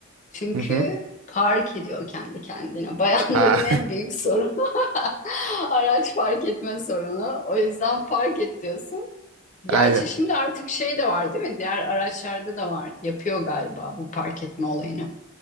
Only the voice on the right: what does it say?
Hı hı.
Aa,
<laughs>
Aynen.